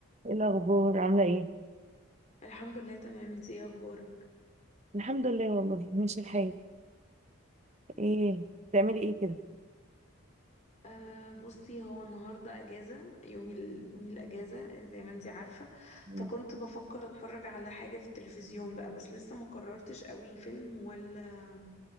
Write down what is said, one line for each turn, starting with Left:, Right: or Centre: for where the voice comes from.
Right: ايه الاخبار عامله ايه
Left: الحمد لله تمام انتي ايه اخبارك
Right: الحمد لله والله ماشي الحال ايه بتعملي ايه كده
Left: أه بصي هو النهارده اجازه يومي ال... يومي الاجازه زي ما انتي عارفه
Right: مم.
Left: فكنت بفكر اتفرج على حاجه في التلفزيون بقى بس لسه ما قررتش قوي فيلم ولا